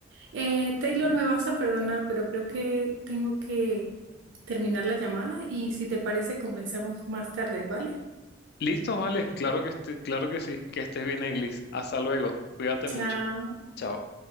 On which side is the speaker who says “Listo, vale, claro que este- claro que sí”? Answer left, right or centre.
Left